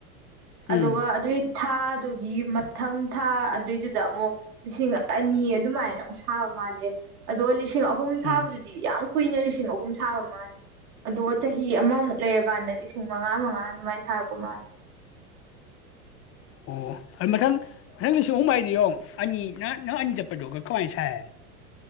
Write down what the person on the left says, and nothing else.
ꯎꯝ
ꯎꯝ
ꯑꯣ ꯑꯗꯨ ꯃꯊꯪ ꯃꯊꯪ ꯂꯤꯁꯤꯡ ꯑꯍꯨꯝ ꯃꯏꯗꯤ ꯌꯦꯡꯉ ꯑꯅꯤ ꯅ ꯅꯪ ꯑꯅꯤ ꯆꯠꯄꯗꯨꯣꯒ ꯀꯃꯥꯏꯅ ꯁꯥꯏ